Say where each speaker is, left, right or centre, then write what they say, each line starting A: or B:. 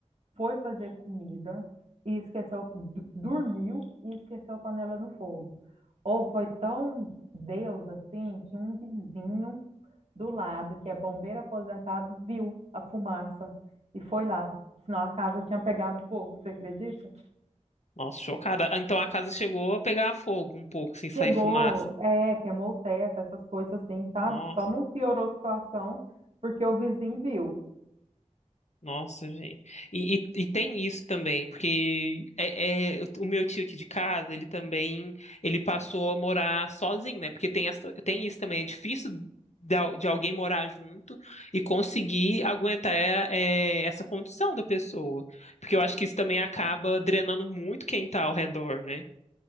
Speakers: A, on the right (about 60°); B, on the left (about 65°).
A: foi fazer comida e esqueceu, d- dormiu e esqueceu a panela no fogo. Ou foi tão Deus assim que um vizinho do lado, que é bombeiro aposentado, viu a fumaça e foi lá. Senão a casa tinha pegado fogo, você acredita?
B: Nossa, chocada. Ah, Então a casa chegou a pegar fogo um pouco, sem sair
A: Chegou,
B: fumaça.
A: é, queimou o teto, essas coisas assim, sabe?
B: Nossa.
A: Só não piorou a situação porque o vizinho viu.
B: Nossa, gente. E, e, e tem isso também, porque é, é- o meu tio aqui de casa, ele também, ele passou a morar sozinho, né? Porque tem, essa, tem isso também, é difícil de, al- de alguém morar junto e conseguir aguentar é, essa condição da pessoa. Porque eu acho que isso também acaba drenando muito quem tá ao redor, né?